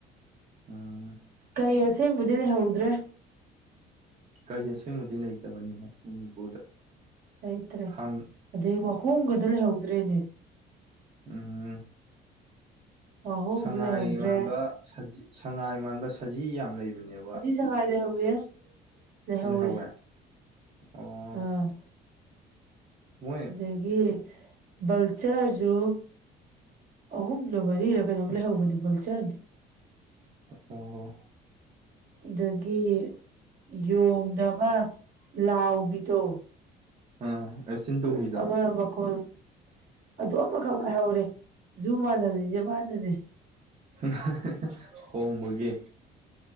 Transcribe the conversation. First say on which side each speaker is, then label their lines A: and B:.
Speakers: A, on the right; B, on the right.
A: ꯎꯝ
B: ꯀꯩ ꯑꯁꯦꯡꯕꯗꯤ ꯂꯩꯍꯧꯗ꯭ꯔꯦ
A: ꯀꯩ ꯑꯁꯦꯡꯕꯗꯤ ꯂꯩꯇꯕꯅꯤꯍꯦ ꯃꯅꯤꯄꯨꯔꯗ
B: ꯂꯩꯩꯇ꯭ꯔꯦ
A: ꯍꯥꯟ
B: ꯑꯗꯩ ꯋꯥꯍꯣꯡꯒꯗꯨ ꯂꯩꯍꯎꯗ꯭ꯔꯦꯅꯦ
A: ꯎꯝ
B: ꯋꯥꯍꯣꯡꯁꯨ
A: ꯁꯉꯥꯏ
B: ꯂꯩꯍꯧꯗ꯭ꯔꯦ
A: ꯃꯥꯟꯕ ꯁꯉꯥꯏ ꯃꯥꯟꯕ ꯁꯖꯤ ꯌꯥꯝ ꯂꯩꯕꯅꯦꯕ
B: ꯁꯉꯥꯢ ꯂꯩꯍꯧꯏꯍꯦ ꯂꯦꯍꯧꯋꯦ
A: ꯂꯩꯍꯧꯋꯦ ꯑꯣ
B: ꯑꯥ
A: ꯃꯣꯏ
B: ꯑꯗꯒꯤ ꯕꯜꯆꯔꯁꯨ ꯑꯍꯨꯝꯂ ꯃꯔꯤꯔꯣ ꯀꯩꯅꯣꯝ ꯂꯩꯍꯧꯕꯅꯤ ꯕꯜꯆꯔꯗꯤ
A: ꯑꯣ ꯍꯣ
B: ꯑꯗꯒꯤ ꯌꯣꯡꯗ ꯑꯃ ꯂꯥꯎꯕꯤꯗꯣ
A: ꯑ ꯃꯆꯤꯟ ꯇꯨꯞꯕꯤꯗꯣ
B: ꯀꯨꯛ ꯑꯃ ꯃꯈꯣꯟ ꯑꯗꯨ ꯑꯃꯈꯛ ꯉꯥꯏꯍꯧꯔꯦ ꯖꯨ ꯃꯥꯜꯍꯜꯂꯤꯁꯦ ꯃꯥꯗꯅꯦ
A: <unintelligible> ꯈꯣꯡꯕꯒꯤ